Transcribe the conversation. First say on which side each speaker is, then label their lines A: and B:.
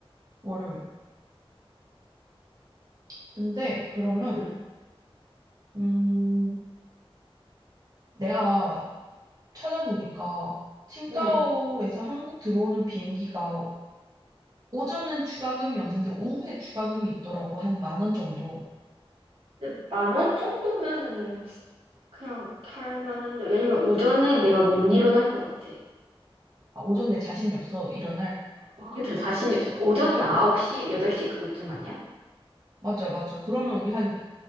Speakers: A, on the right; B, on the right.
A: 월요일. 근데 그러면,
B: 응,
A: 음, 내가 찾아보니까, 칭다오에서
B: 응.
A: 한국 들어오는 비행기가 오전은 추가금이 없는데 오후에 추가금이 있더라고. 한 만 원 정도.
B: 근데 만 원 정도면은 그냥 탈 만한데, 왜냐면 오전에 내가 못 일어날 것 같아.
A: 아, 오전에 자신이 없어. 일어날.
B: 어, <laughs> 나 자신이 없어. 오전이면 9시, 8시 그쯤 아니야?
A: 맞아, 맞아. 그러면 우리 한